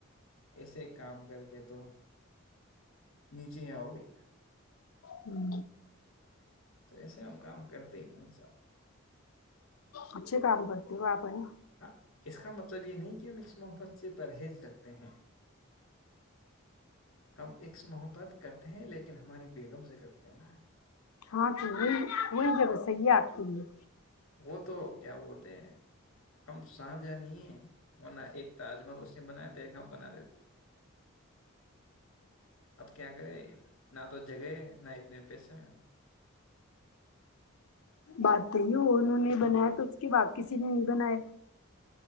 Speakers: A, on the left (about 70°); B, on the left (about 80°).
A: ایسے کام کر کے تو نیچے آؤ گے
B: ہوں
A: تو ایسےم کام کرتے نہیں ساب
B: اچھے کام کرتے ہو آپ ہے نا
A: ہ اس کا مطلب یہ نہیں کہ ہم اس محبت سے پرہیز رکھتے ہیں ہم ایکس محک ب کرتے ہیں لیکن ہماری بیگم سے کرتے ہیں نا
B: ہاں تو وہی وہی جگہ صحیح آتی ہے
A: وہ تو کیا بولتے ہیں ہم ساہ جہ نہیں ہیں اور نہ ایک تاج محل اس نے بنایا تو ایک ہم بنا دیتے اب کیا کرے نہ تو جگہ نہ اتنے پیسے
B: بات توی ہو انہوں نے بنایا تو اس کے بعد کسی نے نہیں بنایا